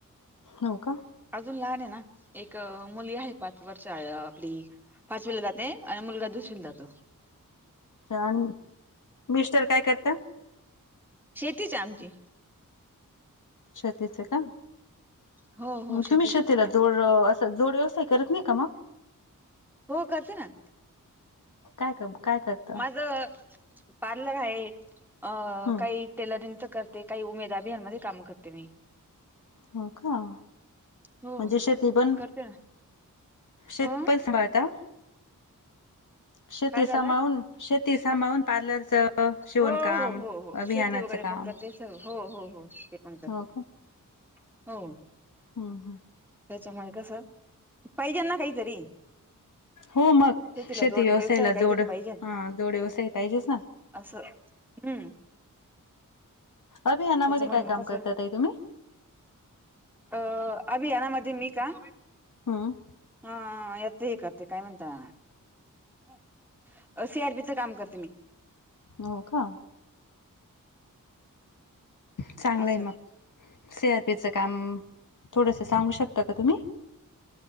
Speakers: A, on the left; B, in the centre.
A: हो का,
B: ''अजून लहान आहे ना, एक मुली आहे, पाच वर्ष आपली पाचवीला जाते. '' आणि मुलगा दुसरीला जातो.
A: आणि मिस्टर काय करता?
B: शेतीच आहे आमची,
A: शेतीचे का,
B: हो
A: मग
B: हो शेतीची
A: तुम्ही शेतीला- जोड, असं जोड व्यवसाय करत नाही का मग?
B: हो, करते ना,
A: काय कम काय कर-
B: माझ, पार्लर आहे अ
A: हम्म
B: काही- ''टेलरिंगच करते, काही उमेदअभियान मध्ये काम करते मी. ''
A: हो का,
B: हो
A: म्हणजे शेती पण-
B: करते ना
A: शेतपण
B: हं
A: सांभाळता? शेती
B: काय
A: सांभाळून,
B: झालं
A: शेती सांभाळून, पार्लरचं शिवणकाम
B: ''हो, हो, हो, हो,
A: अभियानाचं
B: शेती वगैरे
A: काम
B: पण करते सर्व. हो, हो, हो, ते पण करते.
A: हो
B: '' हो.
A: हं, व्हय
B: त्याच्यामुळे कस, पाहिजेलं ना काहीतरी,
A: ''हो मग,
B: शेतीला
A: शेती
B: जोड
A: व्यवसायाला
B: व्यवसाय काहीतरी
A: जोड,
B: पाहिजे
A: हं जोड व्यवसाय पाहिजेच ना. ''
B: असं हं.
A: अभियानामध्ये
B: त्याच्यामुळे
A: काय काम
B: मग कसं
A: करता ताई तुम्ही?
B: अ अभियानामध्ये मी का-
A: हं
B: हां, येते का ते काय म्हणता- अ सी, आर, बी, च काम करते मी.
A: हो का, चांगलंय
B: असं
A: मग, सी. आर. पी. चं काम थोडस सांगू शकता का तुम्ही?